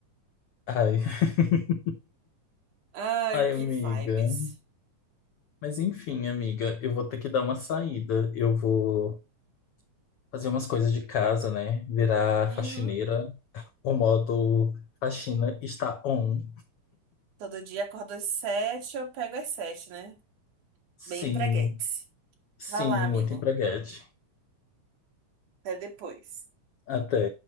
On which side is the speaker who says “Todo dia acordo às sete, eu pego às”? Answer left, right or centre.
Right